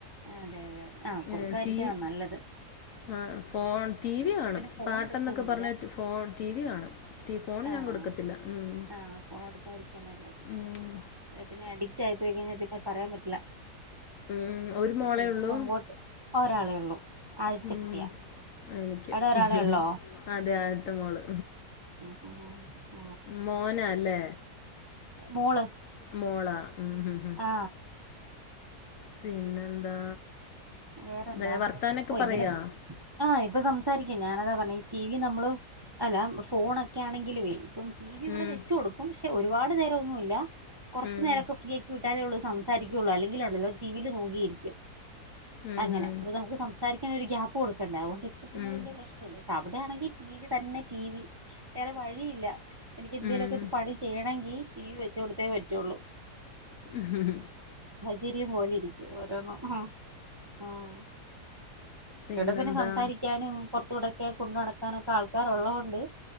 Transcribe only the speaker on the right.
അതെ അതെ ആഹ് കൊടുക്കാതിരിക്കുന്നതാ
നല്ലത്
ഇവിടെ
പിന്നെ ഫോൺ
എടുക്കൊന്നുല്ല
ആഹ്
ആഹ് ഫോൺ കൊടുക്കാതിരിക്കാ നല്ലത്
പിന്നെ അഡിക്റ്റ് ആയി പോയി കഴിഞ്ഞാൽ പിന്നെ പറയാൻ പറ്റില്ല.
ഇപ്പമുമ്പോട്ട്
ഒരാളേ ഉള്ളൂ. ആദ്യത്തെ
കുട്ടിയാ
അവിടെ ഒരാളെ
ഉള്ളോ
ഉം ഹു
മോള്
ആ
വേറെന്താ
ഓ
ഇങ്ങനെ ആ ഇപ്പൊ സംസാരിക്കും ഞാനതാ പറഞ്ഞത് ഈ ടി വി നമ്മള് അല്ല ഫോണൊക്കെ ആണെങ്കിലേ ഇപ്പം ടി വി ഇവിടെ
വെച്ച് കൊടുക്കും. പക്ഷെ ഒരുപാട് നേരം ഒന്നുമില്ല കുറച്ച്നേരമെക്കെ
ഫ്രീ ആക്കി വിട്ടാലേ സംസാ സംസാരിക്കുള്ളു. അല്ലെങ്കിലുണ്ടല്ലോ ടിവിയില് നോക്കിയിരിക്കും
അങ്ങനെ.
നമ്മുക്ക് സംസാ ഒരു ഗ്യാപ്പ് കൊടുക്കണ്ടേ. അ തുകൊണ്ട് ഇപ്പ പിന്നെ
വലിയ പ്രശ്നമില്ല. അ അണെങ്കിൽ ടി വി തന്നെ ടി വി വേറെ വഴിയില്ല. എനിക്ക് എന്തേലുമൊക്കെ
പണി ചെയ്യണമെങ്കി ടി വി വെച്ചു കൊടുത്തേ പറ്റുള്ളൂ.
ചരിയും പോലെ ഇരിക്കും ഓരോന്നും. ആഹ്
ഇവിടെ പിന്നെ സംസാരിക്കാനും പുറത്തൂടൊക്കെ കൊണ്ടു നടക്കാനൊക്കെ ആൾക്കാരുള്ളത് കൊണ്ട്